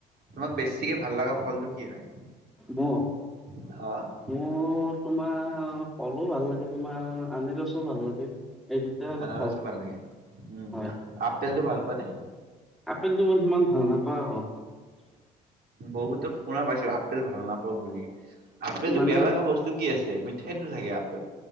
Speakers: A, on the right; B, in the centre.
A: তোমাক বেছিকে ভাল লগা ফলটো কি হয়
B: মোৰ
A: আছে <unintelligible>
B: মোৰ তোমাৰ কলো ভাল লাগে তোমাৰ আনি ৰছো ভাল লাগে এই দুটা অলপ
A: আনাৰসো ভাল লাগে উম
B: হয়
A: আপেল টো ভাল পোৱা নে
B: আপেলটো মই সিমান ভাল নাপাওঁ
A: বহুতো শুনা পাইছো আপেল ভাল নাপাওঁ বুলি আপেল টো
B: মানে
A: বেয়া লগা বস্তু কি আছে মিঠা সেইটো থাকে আপেল